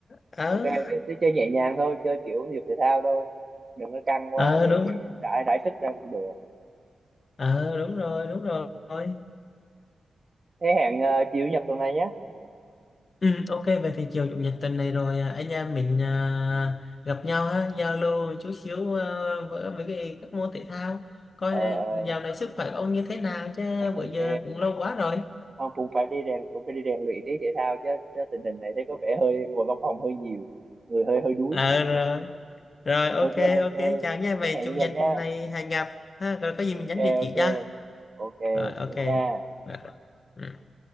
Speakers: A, on the left; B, on the right.
A: ờ
B: ok thế, thế chơi nhẹ nhàng thôi chơi kiểu thể dục thể thao thôi đừng có căng quá
A: ờ
B: để,
A: đúng
B: để rải rải sức ra cũng được
A: ờ đúng rồi đúng rồi
B: thế hẹn ờ, chiều chủ nhật tuần này nhé
A: ừ, ok vậy thì chiều chủ nhật tuần này rồi à, anh em mình à, gặp nhau ha giao lưu chút xíu à, với với cái các môn thể thao coi
B: ờ ờ,
A: dạo này sức khỏe ông như thế nào chứ
B: <laughs>
A: bữa giờ
B: ok
A: cũng lâu quá rồi
B: không cũng phải đi rèn cũng phải đi rèn luyện tí thể thao chứ chứ tình hình này thấy có vẻ hơi ngồi văn phòng hơi nhiều người hơi hơi đuối
A: ờ rồi rồi ok
B: ok
A: ok
B: ok
A: chào nha vậy
B: thế hẹn
A: chủ
B: chủ
A: nhật
B: nhật nhé
A: này hẹn gặp ha rồi có gì mình
B: ok
A: nhắn địa chỉ
B: ok
A: cho
B: ok
A: rồi ok
B: vậy nha
A: Rồi. Ừ.